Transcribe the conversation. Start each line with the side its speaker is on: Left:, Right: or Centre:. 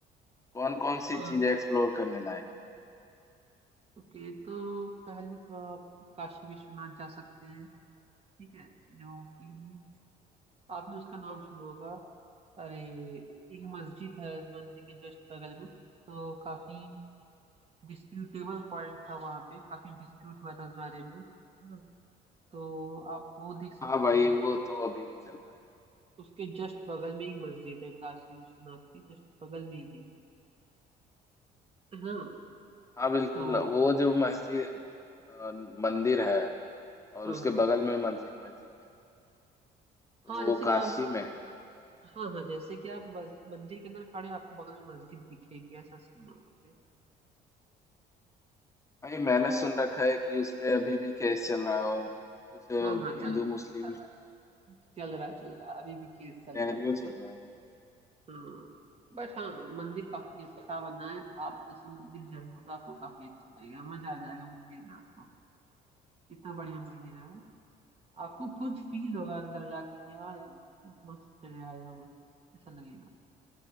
Left: कौन कौन सी
Right: हाँ
Left: चीजें एक्सप्लोर करने लायक
Right: ओके तो पहले तो आप काशी विश्वनाथ जा सकते हैं ठीक है जो कि आपने उसका नाम सुना होगा अरे एक मस्जिद है उस मंदिर के जस्ट बगल में तो काफी डिस्प्यूटेबल पॉइंट था वहाँ पे काफी डिस्प्यूट हुआ था उस बारे में ना, तो आप वो देख सकते
Left: हाँ भाई
Right: हो
Left: वो तो अभी भी चल रहा है
Right: उसके जस्ट बगल में ही मस्जिद है काशी विश्वनाथ के जस्ट बगल में ही है हाँ
Left: हाँ बिल्कुल
Right: तो
Left: वो जो मस्जिद अ, मंदिर है और
Right: हाँ
Left: उसके
Right: हाँ
Left: बगल में मस्जिद मस्जिद है तो
Right: हाँ जैसे
Left: वो
Right: कि
Left: काशी
Right: आप
Left: में है
Right: हाँ हाँ जैसे कि आप मस, मंदिर के अंदर खड़े हैं, आपको बगल में मस्जिद दिखेगी ऐसा सीन है वहाँ पे
Left: भाई मैंने
Right: तो
Left: सुन रखा है कि उस पे अभी भी केस चल रहा है और कुछ
Right: हाँ हाँ
Left: हिंदू
Right: चल
Left: मुस्लिम
Right: चल रहा है चल रहा है चल रहा है अभी भी केस चल
Left: सिनेरियो
Right: रहा है उसपे
Left: चल रहा है
Right: हाँ बट हाँ मंदिर काफी अच्छा बना है आप जैसे मंदिर जाएंगे तो आपको काफी अच्छा लगेगा मजा आ जाएगा मंदिर में आपको इतना बढ़िया मंदिर है वो आपको खुद फील होगा अंदर जाके कि हाँ यार मैं कितनी मस्त जगह आया हूँ ऐसा लगेगा